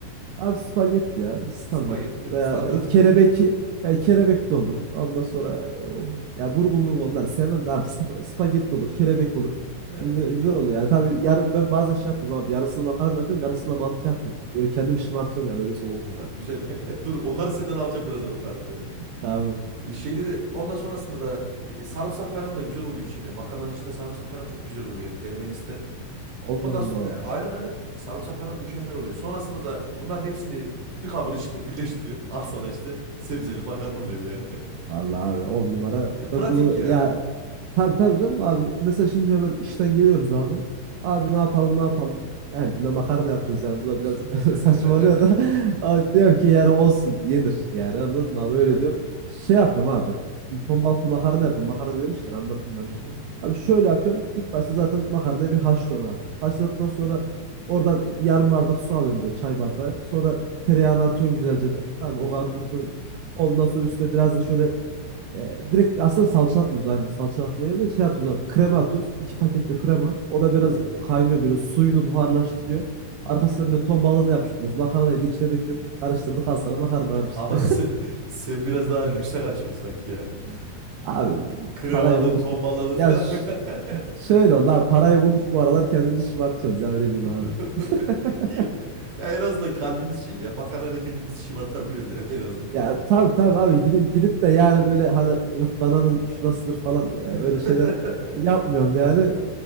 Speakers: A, on the right; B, on the right.
A: Abi spagetti ya standart.
B: Spagetti değil
A: Veya
B: mi? Standart.
A: e, kelebek
B: <laughs>
A: yani kelebek de olur. Ondan sonra o- ya burgu murgu onları sevmem de abi spa- spagetti olur, kelebek olur.
B: Evet.
A: Şimdi güzel oluyor yani tabii yar- ben bazen şey yapıyorum abi yarısını makarna yapıyorum yarısını da mantı yapıyorum. Böyle kendimi şımartıyorum yani öyle söyleyeyim
B: Oo
A: ben sana.
B: güzel. <laughs> Dur onları senden alacağım birazdan o tarifleri.
A: Tamam.
B: E, Şeyde de ondan sonrasında da e, sarımsak falan da güzel oluyor içine. Makarnanın içinde sarımsak falan çok güzel oluyor yani denemeni isterim.
A: Allah
B: Ondan
A: Allah.
B: s- e, aynen aynen sarımsak falan mükemmel oluyor. Sonrasında da bunların hepsini bir kabın içinde birleştiriyorsun. Al sana işte sebzeli makarna oluyor yani. <laughs>
A: Vallahi abi on numara.
B: E, pratik
A: Ben bunu
B: ya.
A: ya tabii tabii canım abi. Mesela şimdi hemen işten geliyoruz abi. Abi ne yapalım ne yapalım. Her gün de makarna yapıyoruz yani. Bu da biraz
B: <laughs>
A: <laughs> saçmalıyor da. <laughs> Ama diyorum ki yani olsun yenir. Yani anladın mı abi öyle
B: Evet.
A: diyorum. Şey yapıyorum abi ben. Şimdi ton balıklı makarna yapıyorum. Makarna demişken anlatayım ben
B: Hı
A: de.
B: hı.
A: Abi şöyle yapıyorum. İlk başta zaten makarnayı bir haşlıyorum abi. Haşladıktan
B: Hı hı.
A: sonra oradan bir yarım bardak su alıyorum böyle çay bardağı. Sonra bir tereyağını atıyorsun güzelce de. Tamam
B: Oh.
A: o kavrulmasın. Ondan sonra üstüne biraz da şöyle e, direkt aslında salça atmıyoruz aynen. Salça atmıyoruz. geldi. Şey atıyoruz abi. Krema atıyoruz. İki
B: Hı
A: paket
B: hı.
A: de krema. O da biraz
B: Oo.
A: kaynıyor böyle. Suyunu buharlaştırıyor. Arkasına bir de ton balığını yapıştırıyoruz. Makarnayı da içine döküyoruz. Karıştırdık al sana makarna abi işte.
B: Ama sen, sen biraz daha lükse kaçıyorsun sanki ya.
A: <laughs> Abi
B: Kremadır,
A: parayı bulduk.
B: ton
A: bu-
B: balığıdır
A: Ya
B: falan
A: ş-
B: filan. <laughs>
A: şöyle oldu abi. Parayı bulduk bu aralar kendimizi şımartıyoruz ya öyle diyeyim
B: <laughs>
A: abi. <laughs>
B: İyiyim. Ya en azından kalbimiz şey ya. Makarayla kendimizi şımartabiliyoruz yani en azından.
A: Ya tabii tabii abi gidip, gidip de yani böyle hani yok dananın şurasıdır falan ya
B: <laughs>
A: öyle şeyler yapmıyorum yani.